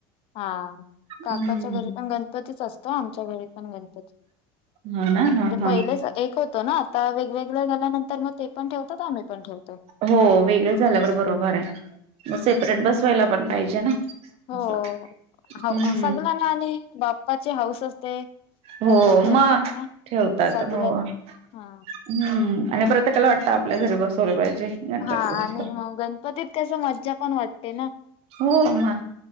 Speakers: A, on the left; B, on the right.
A: हा काकाच्या
B: हम्म
A: घरी पण गणपतीच असतो आमच्या घरी पण गणपती.
B: हा ना हा
A: म्हणजे
B: हा
A: पहिलेच एक होत ना आता वेगवेगळ तर ते पण ठेवतात आम्ही पण ठेवतो
B: हो वेगळ झाल्यावर बरोबर आहे मग
A: हम्म
B: सेपरेट बसवायला पण पाहिजे ना.
A: हो
B: असं
A: <unintelligible>
B: हम्म
A: सगल्याना आणि बाप्पाचे हाऊस पण असते
B: हो
A: तर ठेवतात
B: मग
A: ना
B: ठेवतात
A: सगळ्यात
B: हो हम्म
A: हा
B: आणि प्रत्येकाला वाटतं आपल्या घरी बसवले पाहिजे. गणपती
A: हा
B: बाप्पा
A: आणि मग गणपतीत कस मज्जा पण वाटते ना.
B: हो मग